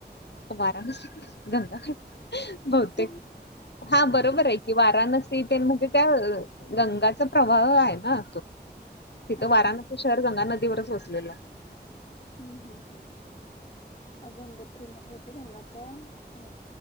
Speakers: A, on the left; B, on the left.
A: वाराणसी गंगाघाट. बहुतेक.
B: कुठ
A: हा बरोबर
B: तिकड
A: आहे की वाराणसी तेन म्हणजे त्या गंगाचा प्रवाह आहे ना. तिथं
B: हा
A: वाराणसी
B: हा
A: शहर गंगा नदीवरच वसलेलं हाय.
B: हं- हं- हं अ गंगोत्री मध्ये होते गंगाचा हे